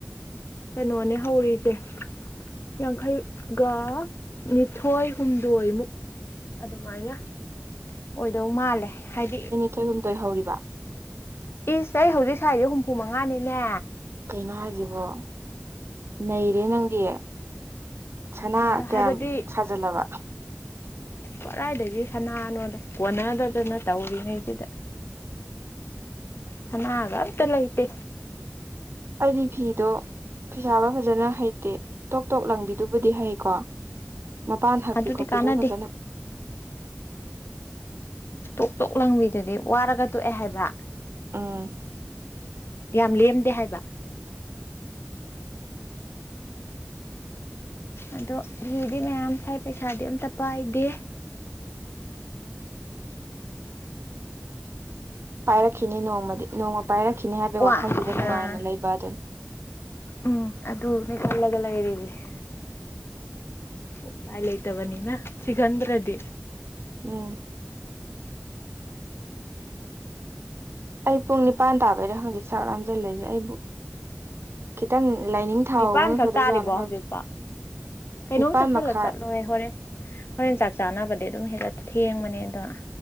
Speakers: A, on the left; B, on the right.
A: ꯀꯩꯅꯣꯅꯦ ꯍꯧꯔꯤꯁꯦ ꯌꯥꯡꯈꯩꯒ ꯅꯤꯊꯣꯏ ꯍꯨꯝꯗꯣꯏꯃꯨꯛ꯫ ꯑꯗꯨꯃꯥꯏꯅ ꯑꯣꯏꯗꯧ ꯃꯥꯜꯂꯦ ꯍꯥꯏꯗꯤ
B: ꯊꯣꯏ ꯍꯨꯝꯗꯣꯏ ꯍꯧꯔꯤꯕ꯫
A: ꯏꯁ ꯑꯩ ꯍꯧꯖꯤꯛ ꯁꯥꯏꯖꯤ ꯍꯨꯝꯐꯨ ꯃꯉꯥꯅꯤꯅꯦ꯫
B: ꯀꯩꯅꯣ ꯍꯥꯏꯖꯤꯕꯣ ꯅꯩꯔꯦ ꯅꯪꯗꯤ꯫ ꯁꯅꯥ
A: ꯑꯗꯣ
B: ꯀꯌꯥꯝ
A: ꯍꯥꯏꯕꯗꯤ
B: ꯁꯥꯖꯤꯜꯂꯕ꯫
A: ꯀꯗꯥꯏꯗꯒꯤ ꯁꯅꯥꯅꯣꯗ ꯀꯣꯟꯅꯗꯗꯅ ꯇꯧꯔꯤꯉꯩꯖꯤꯗ ꯁꯅꯥꯒ ꯑꯝꯇ ꯂꯩꯇꯦ꯫
B: ꯑꯩꯗꯤ ꯐꯤꯗꯣ ꯐꯤꯁꯥꯕ ꯐꯖꯅ ꯍꯩꯇꯦ ꯇꯣꯛ ꯇꯣꯛ ꯂꯪꯕꯤꯗꯨꯕꯨꯗꯤ ꯍꯩꯀꯣ꯫ ꯃꯄꯥꯟ ꯍꯛꯄꯤ
A: ꯑꯗꯨꯗꯤ
B: ꯈꯣꯠꯄꯤꯗꯣ
A: ꯀꯥꯟꯅꯗꯦ
B: ꯐꯖꯅ꯫
A: ꯇꯣꯛ ꯇꯣꯛ ꯂꯪꯕꯤꯗꯨꯗꯤ ꯋꯥꯔꯒ ꯇꯣꯛꯑꯦ ꯍꯥꯏꯕ꯫
B: ꯎꯝ
A: ꯌꯥꯝ ꯂꯦꯝꯗꯦ ꯍꯥꯏꯕ꯫ ꯑꯗꯣ ꯐꯤꯗꯤ ꯃꯌꯥꯝ ꯁꯥꯏ ꯄꯩꯁꯥꯗꯤ ꯑꯝꯇ ꯄꯥꯏꯗꯦ꯫
B: ꯄꯥꯏꯔꯛꯈꯤꯅꯤ ꯅꯣꯡꯃꯗꯤ ꯅꯣꯡꯃ ꯄꯥꯏꯔꯛꯈꯤꯅꯤ ꯍꯥꯏꯕꯒꯤ
A: ꯋꯥ
B: ꯋꯥꯈꯜꯁꯤꯗ ꯅꯨꯡꯉꯥꯏꯅ
A: ꯑꯥ
B: ꯂꯩꯕ ꯑꯗꯨꯅꯤ꯫
A: ꯎꯝ ꯑꯗꯨꯅꯦ ꯈꯜꯂꯒ ꯂꯩꯔꯤꯁꯦ꯫ ꯎꯄꯥꯏ ꯂꯩꯇꯕꯅꯤꯅ ꯁꯤꯒꯟꯗ꯭ꯔꯗꯤ꯫
B: ꯎꯝ꯫ ꯑꯩ ꯄꯨꯡ ꯅꯤꯄꯥꯟ ꯇꯥꯕꯩꯔ ꯍꯧꯖꯤꯛ ꯆꯥꯛ ꯂꯥꯝꯁꯤꯜ ꯂꯛꯏꯁꯦ ꯑꯩꯕꯨ ꯈꯤꯇꯪ ꯂꯥꯏꯅꯤꯡ ꯊꯥꯎꯕꯅ
A: ꯅꯤꯄꯥꯟꯈꯛ
B: ꯐꯗꯣꯏꯖꯥꯠꯂꯣ
A: ꯇꯥꯔꯤꯕꯣ
B: ꯈꯪꯗꯦ
A: ꯍꯧꯖꯤꯛꯄꯣ ꯀꯩꯅꯣꯝ
B: ꯅꯤꯄꯥꯟ
A: ꯆꯥꯁꯤꯜꯂ
B: ꯃꯈꯥꯏ
A: ꯆꯠꯂꯣꯏꯍꯦ ꯍꯣꯔꯦꯟ꯫ ꯍꯣꯔꯦꯟ ꯆꯥꯛ ꯆꯥꯅꯕꯗꯤ ꯑꯗꯨꯝ ꯍꯦꯖꯠ ꯊꯦꯡꯕꯅꯦ ꯑꯗꯣ꯫